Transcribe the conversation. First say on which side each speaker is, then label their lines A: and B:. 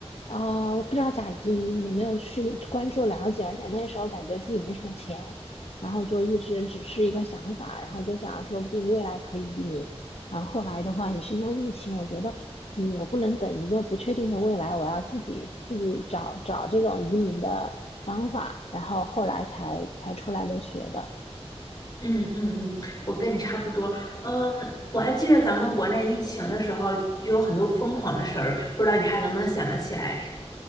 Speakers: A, on the left (about 65°); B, on the left (about 35°).
A: 啊、我不知道咋移民，也没有去关注了解，而且那时候感觉自己没什么钱，然后就一直只是一个想法，然后就想说不定未来可以移民。然后后来的话，也是因为疫情，我觉得，嗯，我不能等一个不确定的未来，我要自己自己找找这种移民的方法，然后后来才才出来留学的。
B: 嗯嗯嗯，我跟你差不多。嗯，我还记得咱们国内疫情的时候，有很多疯狂的事儿，不知道你还能不能想得起来？